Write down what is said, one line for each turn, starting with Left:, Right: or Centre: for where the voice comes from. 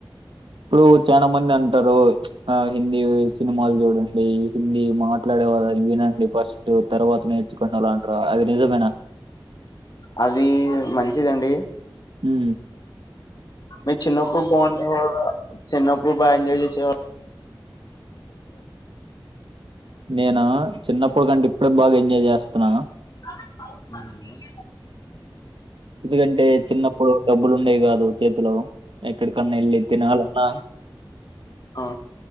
Right: ఇప్పుడు చాలా మంది అంటారు ఆ హిందీ సినిమాలు చూడండి వచ్చింది మాట్లాడే వాళ్ళని వినండి ఫస్ట్ తర్వాతనే కొండలంట అది నిజంమేనా
Left: అది మంచిదండి
Right: హ
Left: మీరు చిన్నపూడు బాగుండేవార చిన్నపూడు బాగా ఎంజాయ్ చేసేవర
Right: నేను చిన్నప్పుటికంటే ఇప్పుడే బాగా ఎంజాయ్ చేస్తున్నాను
Left: అ <unintelligible>
Right: ఇదిగంటే చిన్నప్పుడు డబ్బులు ఉండేవి కాదు చేతిలో ఎక్కడ కన్నా వెళ్ళి తినాలన్నా
Left: ఆ